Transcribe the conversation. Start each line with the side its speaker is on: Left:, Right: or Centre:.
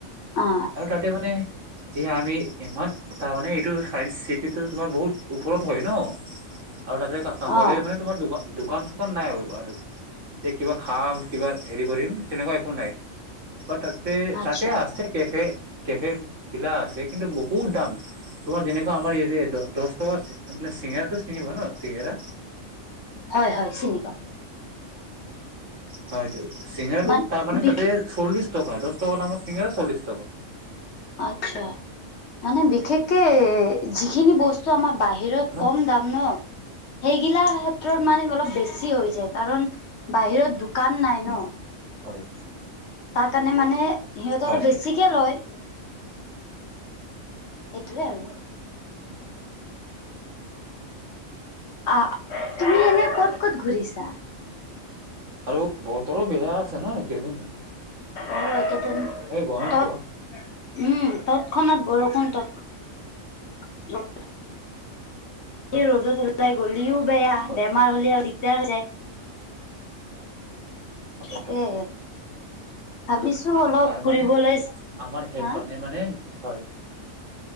Left: অ
Right: আৰু তাতে মানে যে আমি ইমান তাৰমানে এইটো চাইন্স চিটিতো তোমাৰ বহুত ওপৰত হয় ন' আৰু তাতে হ'লে
Left: অ
Right: মানে তোমাৰ দোকা দোকান চোকান নাই আৰু। এ, কিবা খাম, কিবা হেৰি কৰিম তেনেকুৱা একো নাই। বা তাতে
Left: আচ্ছা
Right: তাতে আছে কেফে, কেফে পিলা আছে কিন্তু বহুত দাম, তোমাৰ যেনেকুৱা আমাৰ ইয়াৰে দহ টকা মানে চিঙৰাটো চিঙৰা চিনি পোৱা ন' চিঙৰা?
Left: হয় হয়, চিনি পাওঁ।
Right: হয় এইটো, চিঙৰাটো
Left: মান
Right: তাৰমানে
Left: বিশেষ
Right: তাতে চল্লিশ টকা, দহ টকা দামৰ চিঙৰা চল্লিশ টকা।
Left: আচ্ছা, মানে বিশেষকে যিখিনি বস্তু চ' আমাৰ বাহিৰত
Right: ন
Left: কম দাম ন'। সেইগিলা ক্ষেত্ৰত মানে অলপ বেছি হৈ যায় কাৰণ বাহিৰত দোকান নাই ন'।
Right: হয়।
Left: তাৰ কাৰণে মানে সিহঁতে
Right: হয়
Left: অলপ বেছিকে লয়। হেইটোৱে আৰু। আ, তুমি এনে ক'ত ক'ত ঘুৰিছা?
Right: আৰু বতৰো বেয়া আছে ন' এই কেইদিন?
Left: অ' একেইদিন
Right: গমেই
Left: তত,
Right: পোৱা
Left: উম, তৎক্ষণাত বৰষুণ, তৎ পিছত এই ৰ'দত ওলাই গলিও বেয়া,
Right: হয়
Left: বেমাৰ হ'লে আৰু দিগদাৰ হৈ যায়।
Right: হয়
Left: তাকে।
Right: হয়
Left: ভাবিছোঁ অলপ
Right: তাৰমানে
Left: ফুৰিবলৈ,
Right: আমাৰ সেইফালে
Left: হা
Right: মানে হয়